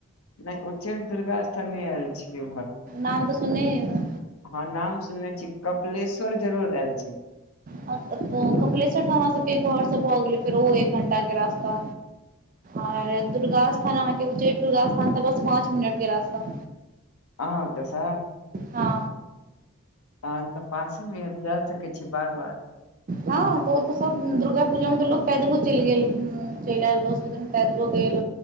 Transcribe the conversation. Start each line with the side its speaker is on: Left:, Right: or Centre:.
Left: नहि उच्चैठ दुर्गास्थान नै आयल छी ओम्हर।
Right: नाम तऽ सुनने हेबै
Left: हँ, नाम सुनने छी कपिलेश्वर जरुर आयल छी
Right: त कपिलेश्वर तऽ हमरा सभके घर से भऽ गेलै फेर ओहो एक घंटा के रास्ता आर दुर्गास्थान के उच्चैठ दुर्गास्थान तऽ बस पाँच मिनट के रास्ता।
Left: अहाँ अतससँ
Right: हँ
Left: तहन तऽ पासेमे अए जा सकै छी, बार बार।
Right: हँ तऽ ओ तऽ सभ दुर्गा पूजा मे तऽ लोक पैदले चलि गेल। चलि आयल, दस दिन पैदले गेल।